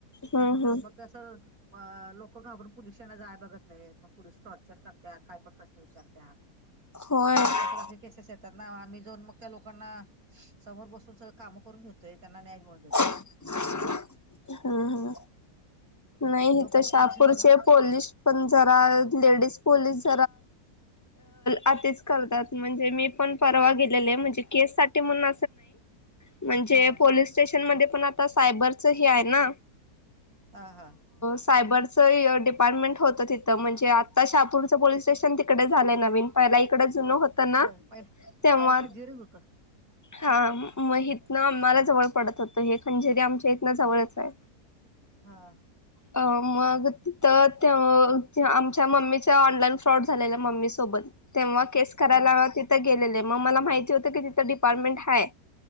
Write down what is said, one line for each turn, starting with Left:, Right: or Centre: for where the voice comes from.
Left: हम्म
Right: त्याधर
Left: हम्म
Right: मग तस अ लोकं घाबरून पोलिसांना जाय बघत नाहीत मग पोललीस टॉर्चर करतात काय पण प्रश्न विचारते आहात
Left: होय हम्म
Right: आमच्याकडे केस येतात ना आम्ही जाऊन मग त्या लोकांना समोर बसून सगळ काम करून घेतोय त्यांना न्याय मिळवून देतो
Left: हा हा नाही
Right: लोक
Left: तर
Right: आता
Left: शापूरचे
Right: पोलिसांना घाब
Left: पोलीस पण जरा लेडीज पोलीस आच करतात म्हणजे मी पण परवा गेलेले म्हणजे ण म्हण
Right: हा
Left: प स प आता साबरच ह आहे ना
Right: हा हा
Left: सायबरचं डिपार्टमेंट होतं तिथं म्हणजे आत्ता शाहापूरचं पोलीस स्टेशन तिकडे झालंय नवीन पहिला इकड जुनं होत ना
Right: होय पहिला
Left: तेव्हा
Right: पहिला खजिरीच होतं
Left: हा मग इथनं आम्हाला जवळ पडत होतं हे खंजिरी आमच्या इथनं जवळच आहे
Right: हा
Left: अ मग तिथं आमच्या मम्मीच्या ऑनलाईन फ्रॉड झालेल्या मम्मी सोबत तेव्हा केस करायला
Right: हा हा
Left: तिथं गेलेले मग मला माहिती होतं की तिथं डिपार्टमेंट ह आहे